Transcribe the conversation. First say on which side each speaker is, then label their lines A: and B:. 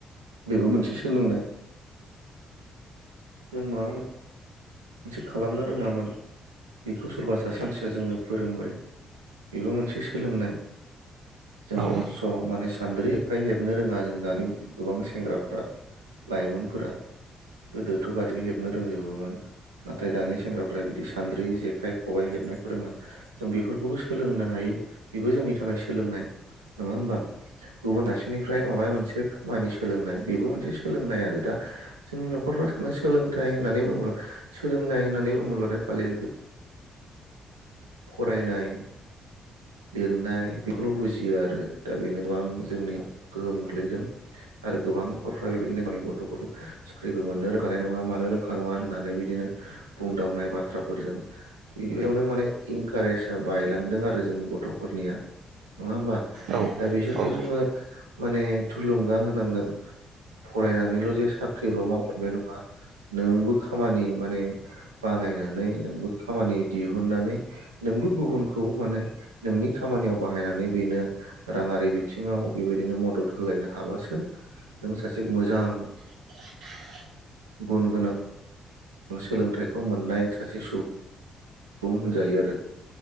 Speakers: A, on the right; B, on the right.
A: बेबो मोनसे सोलोंनाय जों माबा मोनसे थिग खालामनो रोंङामोन बेखौ सोरबा सासे मानसिया जोंनो फोरोंबाय बेबो मोनसे सोलोंनाय जों
B: औ औ
A: सम माने सान्द्रि एखाय हेबनो रोंङा जों दानि गोबां सेंग्राफोरा लाइमोनफोरा गोदोथ' गाैबो हेबनो रोंजोबोमोन नाथाय दानि सेंग्राफ्रा बिदि सान्द्रि जेखाइ खबाइ हेबनायखौ रोंङा जों बेफोरखौबो सोलोंनो हायो। बेबो जोंनि थाखाय सोलोंनाय नंङा होमबा गुबुन दारसिनिफ्राय माबा मोनसे मानि सोलोंनाय बेबो मोनसे सोलोंनाय आरो दा जोंनि न'खरफ्रा सानो सोलोंथाइ होननानै बुंङोब्ला सोलोंनाय होननानै बुंङोब्लाथाय खालि फरायनाय लिरनाय बेखौल' बुजियो आरो दा बेनोबां जोंनियाव गोहोम गोग्लैदों आरो गोबां न'खरफ्रा बेबायदिनो गावनि गथ'फोरखौ साख्रिबो मोननो रोंखानाय नङा मानो रोंखा नंङा होननानै बिदिनो बुंदावनाय बाथ्राफोरजों बेयावनो माने इनकारेजआ बायलांदों आरो जोंनि गथ'फोरनिया नङा होमबा
B: औ
A: दा बिसोरखौ जोंङो माने थुलुंगा होनांगोन फरायनानैल' जे साख्रिल' मावगोन बे नङा नोंबो खामानि माने बानायनानै नोंबो खामानि दिहुननानै नोंबो गुबुनखौ माने नोंनि खामानियाव बाहायनानै बेनो रां हारि बिथिंङाव बेबायदिनो मदद होलायनो हाबासो नों सासे मोजां
B: <inaudible>
A: गुनगोनां सोलोंथाइखौ मोननाय सासे सुबुं बुंजायो आरो